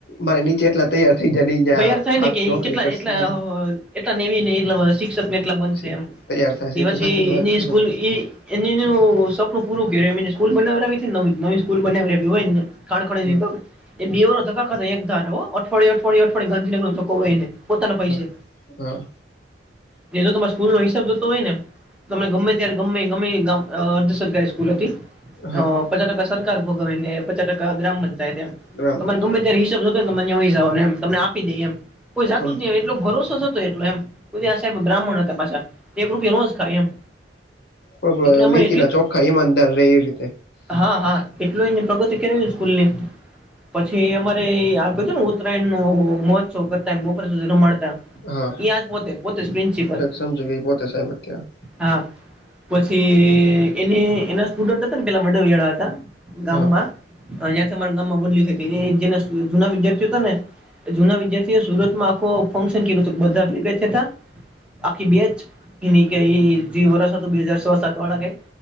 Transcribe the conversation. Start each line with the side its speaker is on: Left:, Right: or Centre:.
Left: મારે નીચે એટલા તૈયાર થઈ જાય ને ઈ જ્યાં
Centre: તૈયાર થાય
Left: ભાગ
Centre: ને કે
Left: નોકરી
Centre: કેટલા
Left: કરશે
Centre: એટલા
Left: હા
Centre: અહ એટલા નેવી ને એટલા બધા શિક્ષ કને એટલાક બનશે
Left: સે-
Centre: એમ,
Left: તૈયાર થશે
Centre: તેવા
Left: તો
Centre: છે
Left: સાચી જ વાત
Centre: એની
Left: છે
Centre: સ્કૂલ
Left: ને
Centre: ઈ એનીનું સપનું પૂરું કર્યું, એમીન સ્કૂલ બનાવદાવી છે નવી, નવી સ્કૂલ બનાવી હોય ને. કાણ ખણે
Left: હા
Centre: બેધ કા એક દીવો ટકાખરે હો, અઠવાડિયે અઠવાડિયે અઠવાડિયે ગાંધીગર નો ધકો હોય ને પોતાના પૈસે,
Left: હા હા
Centre: બીજો તમાસ સ્કૂલનો હિસાબ જતો હોય ને, તમે ગમે ત્યારે ગમે ગમે દ અ સરકારી સ્કૂલ હતી. પચાસ
Left: હા
Centre: ટકા સરકાર ભોગવે, ને પચાસ ટકા ગ્રામ પંચાયત એમ,
Left: ગ્રામ
Centre: તમાને
Left: પંચાયત
Centre: ગમે તે ચા હોતે ને માનએ તંઈ જાવ ને એમ, તમને આપી દે એમ. કોઈ જાતું
Left: સમજી
Centre: જ નહી
Left: ગયો
Centre: એટલો ભરોસો સતો એટલો એમ, કોબી આ સાહેબ બ્રાહ્મણ હતા પાછા. એક રૂપિયો ન જ ખાય એમ,
Left: પણ
Centre: એટલે અમારે
Left: નીતિ
Centre: એટલી
Left: ના ચોખ્ખા ઈમાનદાર રે એવી રીતે.
Centre: હા હા એટલું એને પ્રગતિ કરેલી સ્કૂલ ની, પછી એમ પરે આગળ છેને ઉત્તરાયણ નુ મહોત્સવ કરતા એમ બપોર સુધી રમાડ તા,
Left: હા
Centre: એ આ પોતે, પોતે પિન્સિપલ,
Left: તો સમજી ગઈ પોતે સાહેબ અત્યારે
Centre: હા. પછી એને એના સ્ટુડન્ટ હતા ને પેલા વડિયાળા હતા, ગામમાં.
Left: હા
Centre: ઐયાથી અમારા ગામમાં બદલી થઈ હતી, એ જેના શુ જૂના વિદ્યાર્થી હતા ને, જુના વિદ્યાર્થીઓએ સુરતમાં આખો ફંક્શન કિરુ તુ, બધા ભેગા થયા હતા. આખી બેચ, એની ગઇ જે વરષ હતું બે હાજર સો સાત વાળા કે